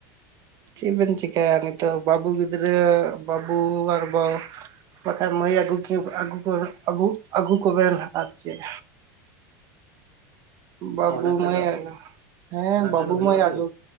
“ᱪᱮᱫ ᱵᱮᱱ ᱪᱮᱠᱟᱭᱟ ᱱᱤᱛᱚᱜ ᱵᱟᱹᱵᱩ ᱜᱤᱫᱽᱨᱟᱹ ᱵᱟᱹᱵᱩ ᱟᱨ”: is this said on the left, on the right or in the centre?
Right